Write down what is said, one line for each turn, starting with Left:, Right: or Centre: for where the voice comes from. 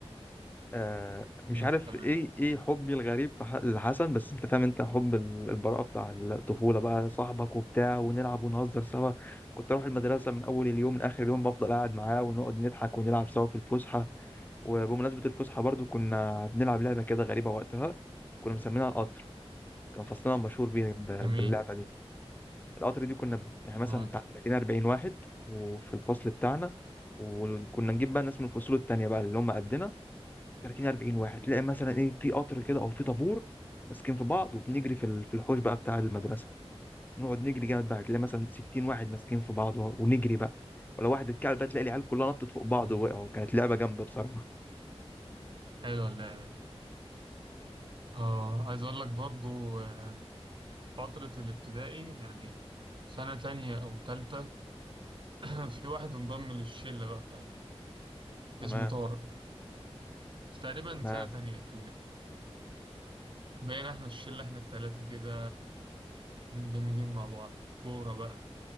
Left: آه، مش
Right: امم
Left: عارف
Right: تمام
Left: ايه ايه حبي الغريب في ح- لحسن بس انت فاهم انت حب ال- البراءه بتاع الطفوله بقى صاحبك وبتاع ونلعب ونهزر سوا كنت اروح المدرسه من اول اليوم لاخر اليوم بفضل قاعد معاه ونقعد نضحك ونلعب سوا في الفسحه وبمناسبه الفسحه برضو كنا بنلعب لعبه كده غريبه وقتها كنا مسمينها القطر كان فصلنا مشهور بيه ب-
Right: جميل
Left: باللعبه دي القطر دي كنا ب- يعني مثلا
Right: آه.
Left: بتاع 30 40 واحد وفي الفصل بتاعنا وكنا نجيب بقى ناس من الفصول التانية بقى اللي هم قدنا 30 40 واحد تلاقي مثلا ايه في قطر كده او في طابور ماسكين في بعض وبنجري في ال- في الحوش بقى بتاع المدرسة نقعد نجري جامد بقى تلاقي مثلا 60 واحد ماسكين في بعض و- ونجري بقى ولو واحد اتكعبل بقى تلاقي العيال كلها نطت فوق بعض
Right: <clears throat>
Left: ووقعوا كانت لعبة جامدة بصراحة
Right: حلوة اللعبة دي اه عايز اقول لك برضو آه، فترة الابتدائي يعني سنة تانية او تالتة <clears throat> في واحد انضم للشلة بقى بتاعتي
Left: تمام
Right: اسمه طارق تقريبا
Left: تمام
Right: سنة تانية ابتدائي بقينا احنا الشلة احنا التلاتة كده مندمجين مع بعض كورة بقى